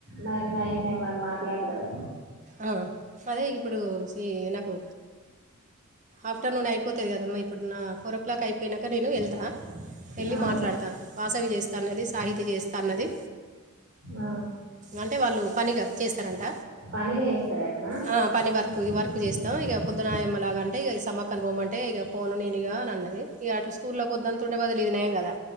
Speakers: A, on the right (about 50°); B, on the right (about 35°).
A: మరి <unintelligible> మరి మాట్లాడరాద
B: ఆ అదే ఇప్పుడు నాకు ఆఫ్టర్ నూన్ అయిపోతది కదా అమ్మ ఫోర్ ఒ క్లాక్ <unintelligible> నేను వెళ్తా వెళ్ళి
A: ఆ
B: మాట్లాడతా చేస్తన్నది సాహితి చేస్తాన్నది
A: ఆ
B: అంటే వాళ్ళు పనిగా చేస్తారంట
A: పనిగా వేస్తార అటన
B: ఆ, పని వర్క్ వర్క్ చేస్తాం ఇగ పొద్దున ఆయమ్మ లగాంటే ఇ సమ్మ అనుభవం అంటే ఇక ఫోన్ నేనుగా అన్నది ఇ <unintelligible> ఉండే బదులు ఇయ్యలెం కదా